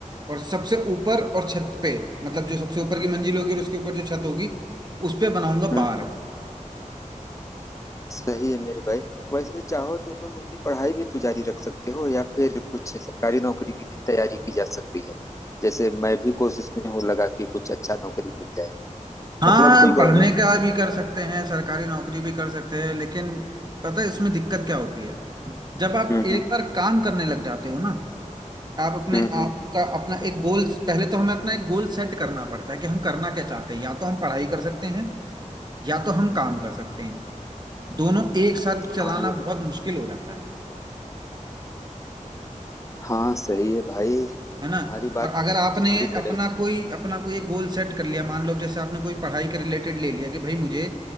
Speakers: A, on the right; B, on the left.
A: और सबसे ऊपर और छत पे मतलब जो सबसे ऊपर की मंजिल होगी और उसके ऊपर जो छत होगी उस पे बनाऊंगा
B: हम्म
A: बार
B: हम्म सही है मेरे भाई वैसे चाहो तो तुम अपनी पढ़ाई भी तो जारी रख सकते हो या फिर कुछ सरकारी नौकरी की भी तैयारी की जा सकती है जैसे मैं भी कोशिश में हूँ लगा कि कुछ अच्छा नौकरी मिल जाए
A: हाँ
B: मतलब कोई गवर्नमेंट
A: पढ़ने का भी कर सकते हैं सरकारी नौकरी भी कर सकते हैं लेकिन पता है इसमें दिक्कत क्या होती है जब आप
B: हम्म
A: एक
B: हम्म
A: बार काम करने लग जाते हो ना आप अपने
B: हम्म हम्म,
A: आप का अपना एक गोल पहले तो हमें अपना एक गोल सेट करना पड़ता है कि हम करना क्या चाहते हैं या तो हम पढ़ाई कर सकते हैं या तो हम काम कर सकते हैं दोनों एक साथ चलाना
B: हाँ यार,
A: बहुत मुश्किल हो जाता है
B: हाँ सही है भाई
A: है ना
B: तुम्हारी बात
A: और अगर आपने
B: पूरी तरह
A: अपना कोई अपना कोई एक गोल सेट कर लिया मान लो जैसे आपने कोई पढ़ाई के रिलेटेड ले लिया कि भाई मुझे